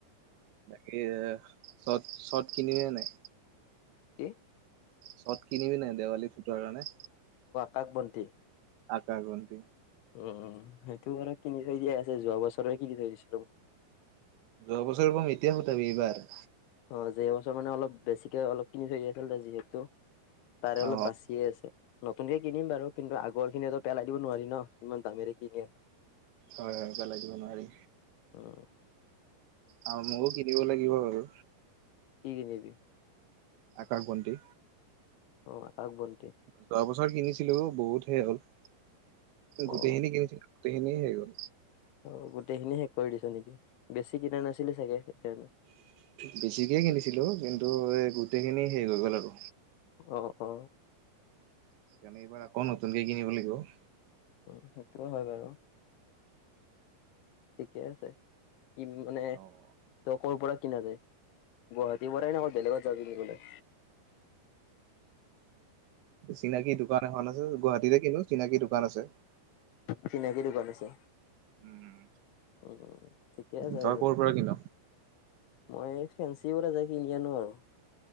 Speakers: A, on the right; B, on the left.
A: বাকী চট, চট কিনলি নে নাই?
B: কি?
A: চত কিনিবি নাই দেৱালী ফুটোৱাৰ কাৰণে?
B: কাক বনটি।
A: আকাশ বন্তি।
B: উম সেইটো আৰু কিনি থৈ দিয়াই আছে। যোৱা বছৰে কিনি থৈ দিছলো।
A: যোৱা বছৰৰ বম এতিয়া ফুটাবি এইবাৰ।
B: অ যে এইবছৰ মানে অলপ বেছিকে অলপ কিনি থৈ আছিল যিহেতু। তাৰে
A: অ
B: অলপ বাচিয়ে আছে। নতুনকে কিনিম বাৰু। কিন্তু আগৰ খিনি পেলাই দিব নোৱাৰি ন। ইমান দামেৰে কিনি আ
A: হয়, হয়। পেলাই দিব নোৱাৰি।
B: অঁ।
A: অ, মইও কিনিব লাগিব আৰু।
B: কি কিনিবি?
A: আকাশবন্তি।
B: অ আকাশ বন
A: যোৱা বছৰ কিনিছিলো, বহুত হে হ'ল। গোটেইখিনি
B: অ
A: কিনচিলো, গোটেইখিনিয়ে শেষ হ'ল।
B: অ, গোটেইখিনি শেষ কৰি দিছ নেকি? বেছি কিনা নাছিলি চাগে সেইকাৰণে
A: বেছিকে কিনিছিলো, কিন্তু গোটেইখিনি হেষ হৈ গ'ল আৰু।
B: অ, অ।
A: সেইকাৰণে এইবাৰ আকৌ নতুনকে কিনিব লাগিব।
B: অ, সেইটোও হয় বাৰু। ঠিকে আছে। কি মানে
A: অ'
B: তই ক পৰা কিনা যায়? গুৱাহাটীৰ পৰাই নে আৰু বেলেগত যা কিনিবলে?
A: চিনাকি দোকান এখন আছে, গুৱাহাটীতে কিনো। চিনাকি দোকান আছে।
B: চিনাকি দোকান আছে।
A: উম,
B: উ ঠিকে আছে
A: তই
B: বাৰু।
A: ক'ৰ পৰা কিন?
B: মই ফেঞ্চি যায় কিনি আনো আৰু। <unintelligible>